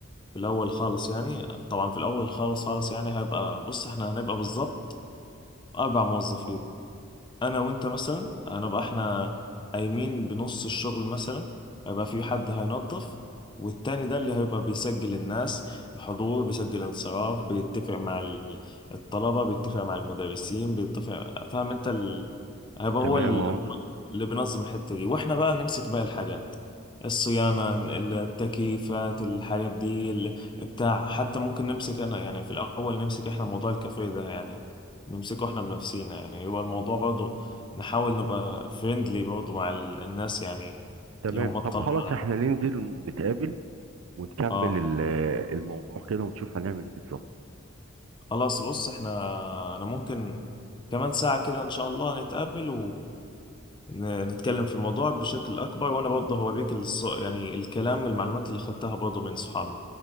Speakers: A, on the left (about 25°); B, on the right (about 80°).
A: في الاول خالص يعني طبعا في الاول خالص خالص يعني هيبقى بص احنا هنبقى بالظبط اربع موظفين انا وانت مثلا هنبقى احنا قايمين بنص الشغل مثلا هيبقى في حد هينظف والتاني ده اللي هيبقى بيسجل الناس حضور بيسجل انصراف بيتفق مع ال- الطلبة بيتفق مع المدرسين بيتفق فاهم انت ال... هيبقى
B: تمام
A: هو ال-
B: اه
A: اللي بينظم الحتة دي واحنا بقى نمسك باقي الحاجات الصيانة التكييفات الحاجات دي ال- بتاع حتى ممكن نمسك انا يعني في الاول نمسك احنا موضوع الكافيه ده يعني نمسكه احنا بنفسينا يعني يبقى الموضوع برضه نحاول نبقى فريندلي برضه مع ال- الناس يعني
B: تمام
A: اللي هم الطلبة
B: طب خلاص احنا ننزل نتقابل ونكمل
A: اه
B: ال- الموضوع كده ونشوف هنعمل ايه بالظبط
A: خلاص بص احنا انا ممكن كمان ساعة كده ان شاء الله نتقابل ونتكلم في الموضوع بشكل اكبر وانا برضه هوريك الص... يعني الكلام المعلومات اللي خدتها برضه من صحابي